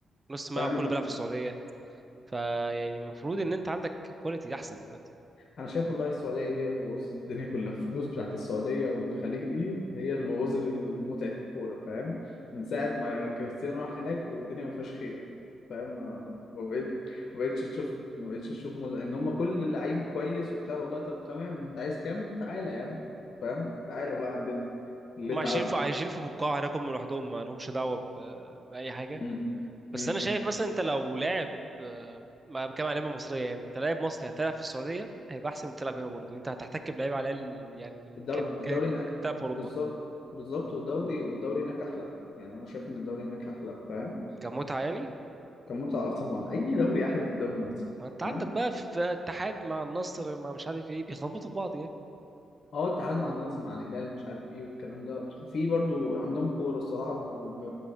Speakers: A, on the right; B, on the left.
A: نص ملعب
B: فاهم
A: كله بيلعب في السعوديه فيعني المفروض ان انت عندك كواليتي احسن دلوقتي
B: انا شايف والله السعوديه دي هي اللي بوظت الدنيا كلها الفلوس بتاعت السعوديه والخليج دي هي اللي بوظت متعه الكوره فاهم من ساعه ما كريستيانو راح هناك والدنيا ما فيهاش خير فاهم ما ما بقيت- ما بقتش تشوف ما بقتش تشوف مز... ان هم كل لعيب كويس وبتاع والله طب تمام انت عايز كام تعالى يا عم فاهم تعالى بقى عندنا اللي
A: هم
B: انت
A: عايشين
B: عاوزه
A: في عايشين في بقاع هناك هم لوحدهم ما لهمش دعوه ب... باي حاجه
B: امم
A: بس
B: امم
A: انا شايف مثلا انت لو لاعب آه، ما بتكلم على لعيبه مصريه يعني انت لاعب مصري هتلعب في السعوديه هيبقى احسن من تلعب هنا برضه انت هتحتك بلعيب على الاقل يعني
B: الدو-
A: كان
B: الدوري
A: كان
B: هناك
A: بتلعب في اوروبا
B: بالظبط بالظبط والدوري والدوري هناك احلى يعني انا شايف ان الدوري هناك احلى فاهم
A: كمتعه يعني
B: كان متعة آه طبعا أي دوري أحلى من الدوري المصري
A: ما انت
B: فاهم؟
A: عندك بقى في في اتحاد مع النصر مع مش عارف ايه بيخبطوا في بعض يعني
B: اه التعادل مع النصر مع الهلال مش عارف ايه والكلام ده في برضو عندهم كورة الصراحة ب... ب...